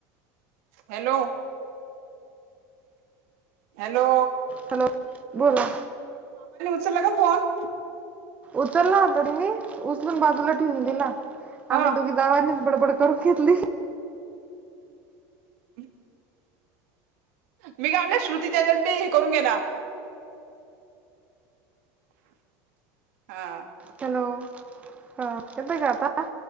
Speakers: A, on the right; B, on the right.
A: हॅलो हॅलो
B: हॅलो बोला
A: ला का फोन
B: उचलला तरी मी उचलून बाजूला ठेवून दिला
A: ह
B: आम्ही दोघी गावांनी बडबड फ लि
A: हम् मी का म्हटलं श्रुतीच्याच्याती हे करून घे ना हा
B: हॅलो हा तथ काता